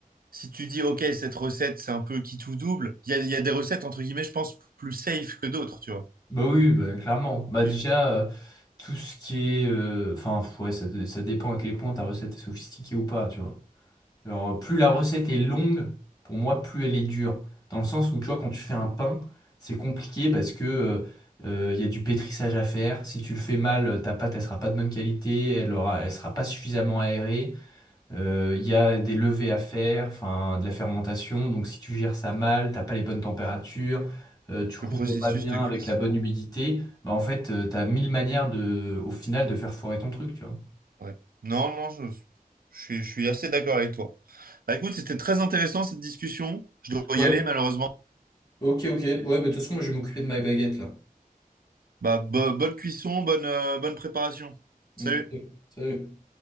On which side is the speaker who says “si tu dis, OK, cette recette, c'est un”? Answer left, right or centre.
Right